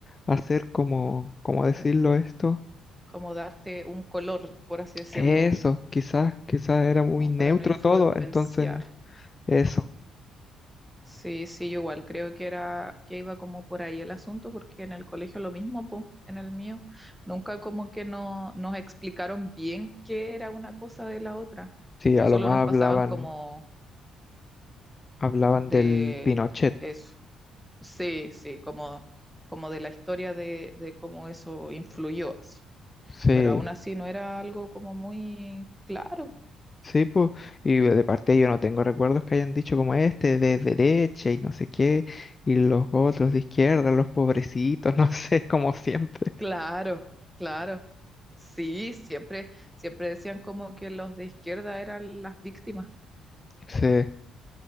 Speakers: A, on the left; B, in the centre.
A: hacer como, ¿cómo decirlo esto?
B: como darte un color, por así decirlo,
A: Eso, quizás, quizás era muy
B: como
A: neutro
B: para no influenciar.
A: todo, entonces eso.
B: Sí, sí, yo igual creo que era que iba como por ahí el asunto, porque en el colegio lo mismo, po, en el mío, nunca como que no nos explicaron bien qué era una cosa de la otra.
A: Sí, a
B: Solo
A: lo más
B: nos
A: hablaban,
B: pasaban como
A: hablaban
B: de
A: del Pinochet.
B: eso. Sí, sí, como como de la historia de, de cómo eso influyó así.
A: Sí,
B: Pero aún así no era algo como muy claro.
A: sí, pues. Y de parte yo no tengo recuerdos que hayan dicho como este, de derecha y no sé qué, y los otros de izquierda, los pobrecitos, <laughs> no sé, como siempre.
B: Claro, claro. Sí, siempre, siempre decían como que los de izquierda eran las víctimas.
A: Sí,